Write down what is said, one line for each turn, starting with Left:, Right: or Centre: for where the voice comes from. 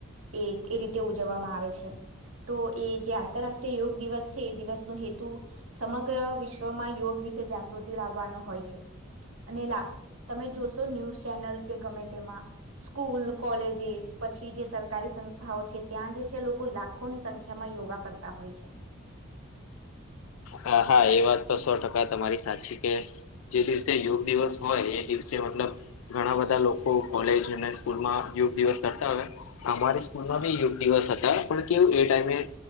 Right: એ એ રીતે ઉજવવામાં આવે છે તો એ જે આંતરરાષ્ટ્રીય યોગ દિવસ છે એ દિવસનો હેતુ સમગ્ર વિશ્વમાં યોગ વિશે જાગૃતિ લાવવાનો હોય છે અને લ તમે જોશો ન્યૂઝ ચેનલ કે ગમે તેમાં સ્કૂલ કોલેજસ પછી જે સરકારી સંસ્થાઓ છે ત્યાં જે છે લોકો લા લાખોની સંખ્યા માં યોગા કરતા હોય છે.
Left: હા હા એ વાત તો સો ટકા તમારી સાચી કે જે દિવસે યોગ દિવસ હોય એ દિવસે મતલબ ઘણા બધા લોકો કોલેજ અને સ્કૂલ માં યોગ દિવસ કરતા હોય. અમારી સ્કૂલમાં બી યોગ દિવસ હતા પણ કેવું એ ટાઈમે